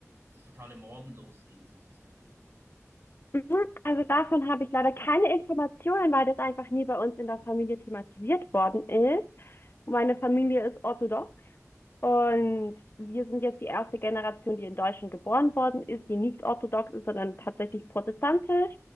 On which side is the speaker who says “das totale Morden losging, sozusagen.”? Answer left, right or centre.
Right